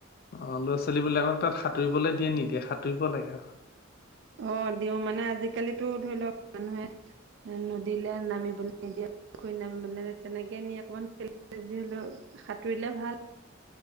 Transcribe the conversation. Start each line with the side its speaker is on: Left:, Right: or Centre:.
Left: অ', ল'ৰা ছোৱালী বিলাকক তাত সাঁতুৰিবলৈ দিয়ে নিদিয়ে সাঁতুৰিব লাগে। <unintelligible>
Right: অ', দিওঁ মানে আজিকালিতো ধৰি লওক মানুহে নদীলৈ নামিবলে নিদিয়া পুখুৰ নামিলে তেনেকে নি অকমান খ যি হ'লেও সাঁতুৰিলে ভালপ